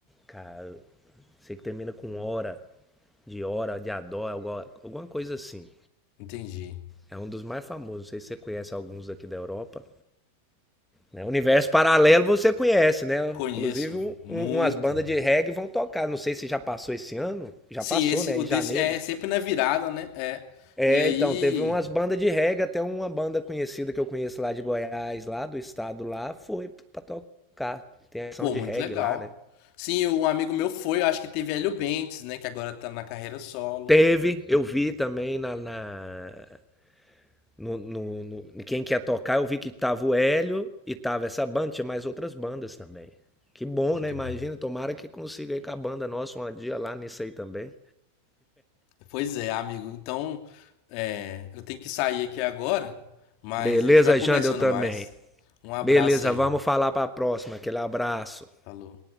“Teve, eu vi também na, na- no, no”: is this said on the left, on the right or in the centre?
Centre